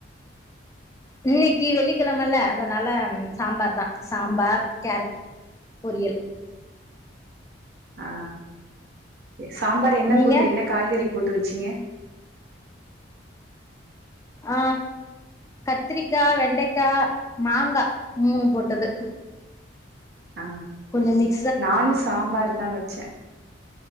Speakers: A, on the left; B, on the right.
A: இன்னைக்கி வெள்ளிக்கெழமல்ல அதனால சாம்பார்தா சாம்பார் கேரட் பொரியல்
B: ஆ சாம்பார் என்ன
A: நீங்க
B: போட்டு என்ன காய்கறி போட்டு வச்சீங்க
A: ஆ கத்திரிக்கா வெண்டைக்கா மாங்கா மூணூ போட்டது
B: ஆ
A: கொஞ்சோ நெய்
B: நானு சாம்பார்தா வச்ச